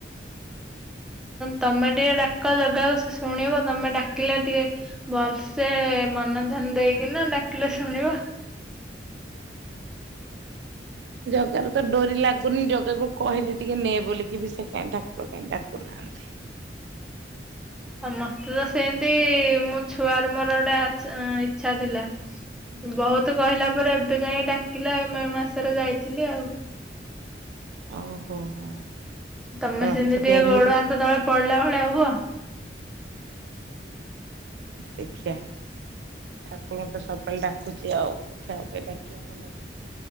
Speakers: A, in the centre; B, on the right.
A: ତମେ ଟିକେ ଡ଼ାକ ଜଗାକୁ ସେ ଶୁଣିବ ତମେ ଡ଼ାକିଲେ ଟିକେ ଭଲସେ ମନ ଧ୍ୟାନ ଦେଇକି ନା ଡାକିଲେ ଶୁଣିବ।
B: ଜଗାର ତ ଡ଼ୋରି ଲାଗୁନି ଜଗାକୁ କହିଲେ ଟିକେ ନେ ବଲିକି ବି ସେ କାହିଁ ଠାକୁର ଡ଼ାକୁନ ଆନ୍ତି।
A: ମତେ ତ ସେମତି ମୋ ଛୁଆ ର ମୋର ଗୋଟେ ଇଚ୍ଛା ଥିଲା। ବହୁତ କହିଲା ପରେ ଏବେ ଯାଇକ ଡ଼ାକିଲା ଏ ମାସରେ ଯାଇଥିଲି ଆଉ।
B: ଓହୋ ହୋ।
A: ତମେ
B: ରଥ
A: ସେମିତି
B: ତିଆରି
A: ଟିକେ ଗୋଡ଼
B: ହଉ
A: ହାତ ତଳେ ପଡ଼ିଲା ପଳ ହୁଅ।
B: ଦେଖିବା। ଠାକୁରଙ୍କୁ ତ ସବବେଳେ ଡ଼ାକୁଚି ଆଉ ଦେଖିବା ଟିକେ ଡ଼ାକିବା ଭଲ ଲାଗେ